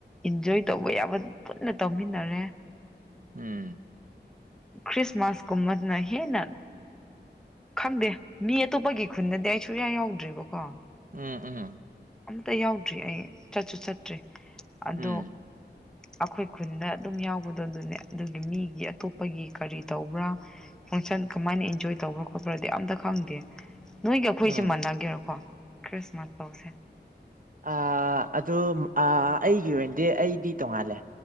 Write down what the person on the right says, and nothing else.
ꯎꯝ
ꯎꯝ ꯎꯝ
ꯎꯝ
ꯎꯝ
ꯑꯥ ꯑꯗꯨ ꯑꯥ ꯑꯩꯒꯤ ꯑꯣꯏꯅ ꯗꯤ ꯑꯩꯗꯤ ꯇꯣꯡꯉꯥꯜꯂꯦ